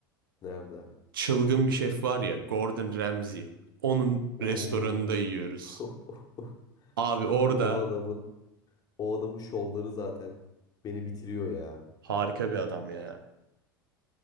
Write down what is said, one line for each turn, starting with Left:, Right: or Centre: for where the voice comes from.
Left: Nerede?
Right: çılgın bir şef var ya Gordon Ramsay. Onun
Left: Oo.
Right: restoranında yiyoruz.
Left: <laughs>
Right: Abi
Left: Kanka
Right: orada
Left: o adamın o adamın şovları zaten beni bitiriyor ya.
Right: harika bir adam ya.